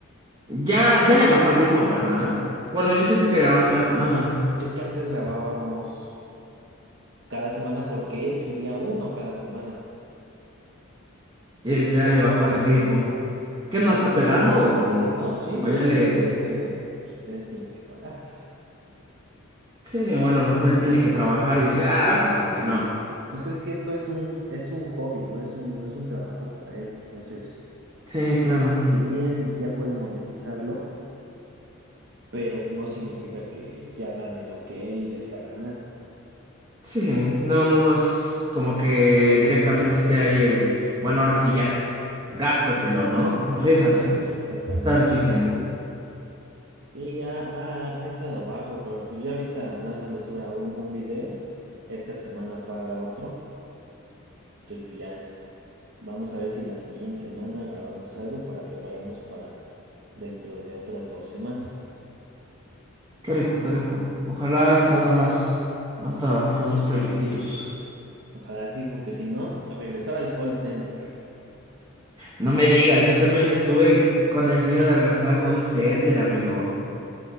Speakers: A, on the right; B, on the right.
A: Ya, ya le bajó al ritmo, ¿verdad? Bueno, yo sentía que grababan cada semana.
B: Es que antes grabábamos cada semana porque él subía uno cada semana.
A: Y ya le bajó al ritmo. ¿Qué no está pegando? O,
B: No, sí,
A: o
B: pero
A: ya
B: el
A: le.
B: problema es que pues, él tiene que pagar.
A: Sí, o a lo mejor él tiene que trabajar y dice, ah, ahorita como que no.
B: Pues es que esto es un, es un hobby, no es un, no es un trabajo para él. Entonces,
A: Sí, claro.
B: si bien ya puede monetizarlo, pero no significa que ya gane lo que él desea ganar.
A: Sí, no, no, no es como que directamente esté ahí el, bueno, ahora sí ya, gástatelo, ¿no? O rífate,
B: Ándale, exactamente.
A: está difícil.
B: Sí, ha, ha- ha estado bajo, pero pues ya ahorita nada más le sobra un, un video. Esta semana paga otro. Entonces, pues ya vamos a ver si la siguiente semana grabamos algo para prepararnos para dentro de otras dos semanas.
A: Qué rico, qué rico. Ojalá salga más, más trabajitos, más proyectitos.
B: Ojalá sí, porque si no, a regresar al call center.
A: No me digas, yo también estuve con el miedo de regresar a call center, amigo.